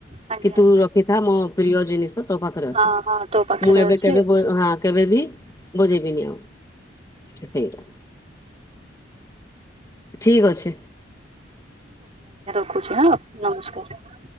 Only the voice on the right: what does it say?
ଆଜ୍ଞା
ହଁ ହଁ ତୋ ପାଖରେ
ଅଛି।
ହୁଁ।
ରଖୁଚୁ ହଁ ନମସ୍କାର।